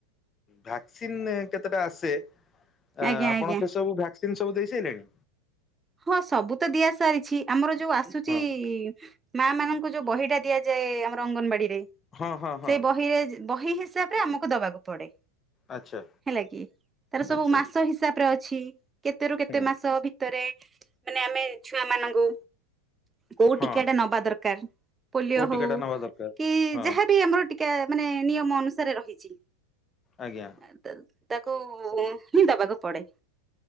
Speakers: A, on the left (about 25°); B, on the right (about 15°).
A: ଭ୍ୟାକ୍ସିନ୍ କେତେଟା ଆସେ? ଆ
B: ଆଜ୍ଞା
A: ଆପଣ
B: ଆଜ୍ଞା
A: ସେ ସବୁ ଭ୍ୟାକ୍ସିନ ସବୁ ଦେଇ ଦେଲେଣି
B: ହଁ ସବୁ ତ ଦିଆ ସାରିଛି ଆମର ଯୋଉ ଆସୁଛି
A: ହଁ
B: ମା ମାନଙ୍କ ଯୋଉ ବହିଟା ଦିଆଯାଏ ଆମର ଅଙ୍ଗନବାଡିରେ
A: ହଁ ହଁ ହଁ
B: ସେ ବହିରେ ବହି ହିସାବରେ ଆମକୁ ଦବାକୁ ପଡେ
A: ଆଚ୍ଛା
B: ହେଲା କି ତାର ସବୁ
A: ଆଚ୍ଛା
B: ମାସ ହିସାବ ପ୍ରେ ଅଛି। କେତେ ରୁ କେତେ
A: ହୁଁ
B: ମାସ ଭିତରେ ମାନେ ଆମେ ଛୁଆ ମାନଙ୍କୁ କୋଉ
A: ହଁ
B: ଟୀକା ଟା ନବା ଦରକାର ପୋଲିଓ
A: କୋଉ ଟିକା
B: ହଉ
A: ଟା ନବା ଦରକାର
B: କି
A: ହଁ
B: ଯାହାବି ଆମର ଟୀକା ମାନେ ନିୟମ ଅନୁସାରେ ରହିଛି।
A: ଆଜ୍ଞା
B: ଏ ତ ତାକୁ ହିଁ ଦବାକୁ ପଡେ।